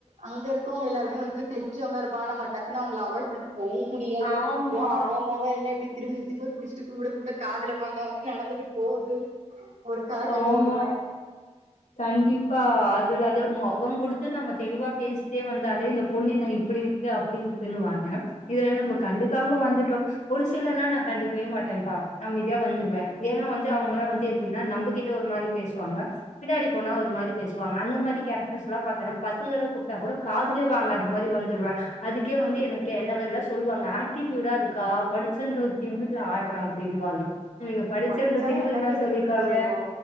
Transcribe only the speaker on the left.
ஆமா
ஆமா
கண்டிப்பா அதுலது முகம் கொடுத்து நம்ம தெளிவா பேசிட்டே வந்தாலே இந்த பொண்ணு என்ன இப்படி அப்படி இருக்குன்னு வாங்க இதுல நம்ப
கண்டுக்காம வந்துட்டோ ஒரு சிலலா நா கண்டுக்கவே மாட்டேன்ப்பா அமதியா வந்துடுவே ஏனா வந்து அவங்களா
வந்து எப்படின்னா நம்மகிட்ட ஒரு மாரி பேசுவாங்க பின்னாடி போனா ஒரு மாரி பேசுவாங்க அந்த மாதி கேரக்டர்ஸ்லா பாத்தினா பத்து தட கூப்ட்டா கூட காதுலே வாங்காத மாரி வந்து ருவ அதுக்கே வந்து
என கே என்னவெல்லா சொல்லுவாங்க அட்டிடியூடா இருக்கா படிச்சன்ற ஒரு திமிர்ல ஆடுறா அப்படின்னுவாங்க நீங்க படிச்சன்ற
திமுருனா
சொல்லிக்கோங்க